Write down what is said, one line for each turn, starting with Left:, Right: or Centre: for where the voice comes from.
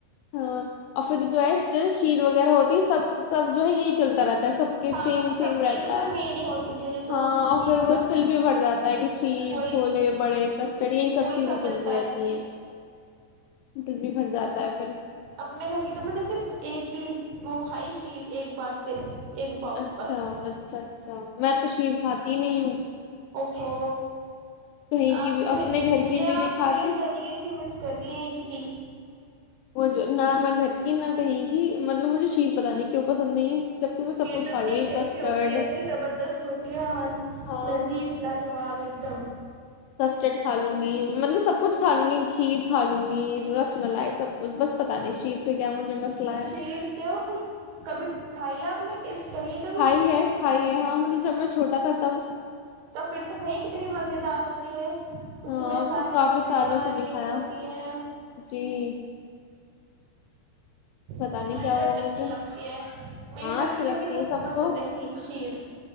Left: ہاں اور پھر جو ہے شیر وغیرہ ہوتی ہے سب سب جو ہے یہی چلتا رہتا سب کے
Right: ہاں
Left: سیم
Right: سب
Left: سیم رہتا
Right: کا یہ تو کہ
Left: ہے
Right: مین ہی ہوتا گیا یہ تو
Left: ہاں
Right: عید
Left: اور پھر
Right: کا
Left: وہ دل بھی بھر جاتا ہے کہ شیر
Right: وہی
Left: چھولے بڑے کسٹڑی یہ سب
Right: وہی
Left: چیزیں چلتی
Right: ملتا
Left: رہتی
Right: ہے
Left: ہیں دل بھی بھر جاتا ہے پھر
Right: اپنے گھر کی تو میں نے صرف ایک ہی وہ کھائی شیر ایک بار صرف ایک باؤل
Left: اچھا
Right: بس
Left: اچھا اچھا میں تشیر کھاتی نہیں ہوں
Right: اوو
Left: کہیں کی
Right: آپ
Left: بھی اپنے گھر کی
Right: یہ
Left: بھی نہیں
Right: آپ
Left: کھاتی
Right: مین ڈیلیگیسی مس کر رہی ہیں عید کی
Left: وہ جو نہ میں گھر کی نہ کہیں گ مطلب مجھے شیل پت نہیں کیوں پسند نہیں ہے جبکہ میں سب
Right: شیر
Left: کچھ
Right: تو
Left: کھا
Right: اتنی
Left: لوں گی
Right: ٹیسٹی
Left: کسٹرڈ
Right: ہوتی ہے اتنی زبردست ہوتی ہے ہل
Left: ہاں
Right: لذیذ لاجواب ایک د تم
Left: کسٹرڈ کھا لوں گی مطلب سب کچھ کھا لوں گی کھیر کھا لوں گی رس ملائی سب کچھ بس پتہ نہیں شیر سے کیا مجھے مسئلہ
Right: شیر
Left: ہے
Right: کیوں کبھی کھائی آپ نے ٹیسٹ کریے کبھی
Left: ہھائی ہے ہھائی ہے ہاں مطلب جب میں چھوٹا تھا سب
Right: تو پھر سے کھائیے کتنی مزیدار ہوتی ہے اس
Left: ہاں
Right: میں
Left: اب
Right: سارے
Left: تو کافی سالوں
Right: میوائیں
Left: سے نہیں کھایا
Right: ہوتی ہیں
Left: جی پتا
Right: مجھے
Left: نہیں کیا
Right: ڈ
Left: ہوا
Right: اچھی
Left: مجھے
Right: لگتی ہے میری
Left: ہاں
Right: فیملی
Left: اچھی لگتی
Right: میں بھی سب
Left: ہے سب
Right: پسند
Left: کو
Right: ہے شیر